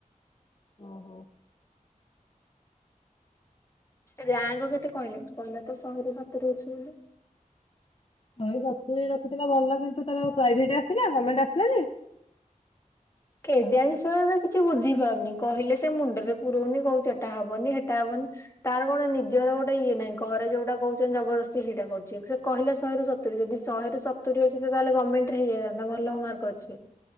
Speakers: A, on the left; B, on the left.
A: ଓ ହୋ।
B: ରାଙ୍କ କେତେ କହିଲେ କହିଲା ତ ଶହେରୁ ସାତରୁ ଅଛି ବୋଲି।
A: ଶହେରୁ ସତୁରୀ ରଖଥିଲା ଭଲ କିନ୍ତୁ ତାର ପ୍ରଭେଟ ଆସିଲା ଗମେଟ ଆସିଲାନି?
B: କେଜାଣିଷ କିଛି ବୁଝି ପାରୁନି କହିଲେ ସେ ମୁଣ୍ଡରେ ପୁରଉନି କହୁଛି, ଏଟା ହବନି ହେଟା ହବନି, ତାର କଣ ନିଜର ଗୋଟେ ଇଏ ନାହିଁ ଘରେ ଯୋଉଟା କହୁ ଜବରଦସ୍ତି ସେଇଟା କରୁଛି ସେ କହା ଶହରୁ ଯଦି ଶହେରୁ ସତୁରି ଅଛି, ତାହଲେ ଗଭର୍ଣ୍ଣମେଣ୍ଟରେ ହେଇଯାଇଥାନ୍ତା ଭଲ ମାର୍କ ଅଛି।